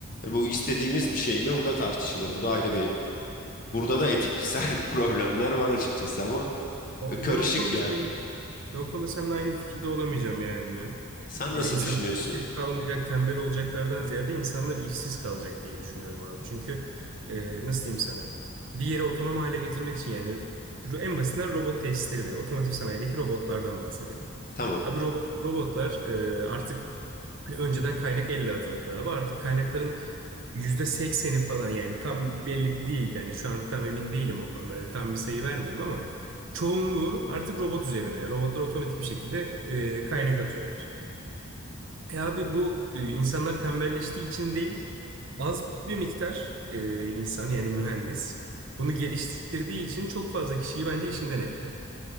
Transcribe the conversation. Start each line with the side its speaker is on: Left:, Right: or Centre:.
Left: E, Bu istediğimiz bir şey mi? Bu da tartışılır. Bu da ayrı bir. Burada da etiksel <laughs> problemler var açıkçası ama
Right: O-
Left: e, karışık
Right: Ben o konuda
Left: ya.
Right: şey Ben o konuda seninle aynı fikirde olamayacağım ya emmi.
Left: Sen
Right: Ya
Left: nasıl
Right: insanlar
Left: düşünüyorsun?
Right: işsiz kalmayacak, tembel olacaklardan ziyade insanlar işsiz kalacak diye düşünüyorum abi. Çünkü e, nasıl diyeyim sana? Bir yeri otonom hale getirmek için yani ro- en basitinden robot tesisleri ve otomotiv sanayideki robotlardan bahsedelim.
Left: Tamam.
Right: Abi ro- robotlar e, artık Hani önceden kaynak 50 atılırdı abi. Artık kaynakların yüzde sekseni falan yani tam belli değil. Yani şu an tam emin değilim o konuda. Hani tam bir sayı vermeyeyim ama çoğunluğu artık robot üzerine. Robotlar otomatik bir şekilde e, kaynak atıyorlar. E abi bu e, insanlar tembelleştiği için değil, az bir miktar e, insan yani mühendis bunu geliştirdiği için çok fazla kişiyi bence işinden etti.